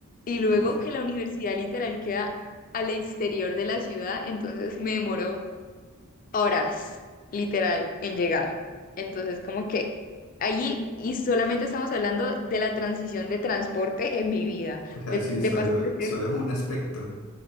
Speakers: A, on the left; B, on the left.
A: Y luego
B: Ok.
A: que la universidad literal queda al exterior de la ciudad, entonces me demoró. horas, literal, en llegar. Entonces, como que allí, y solamente estamos hablando de la transición de transporte en mi vida,
B: O sea,
A: de,
B: sí,
A: de
B: solo,
A: pasar de ser...
B: solo es un aspecto.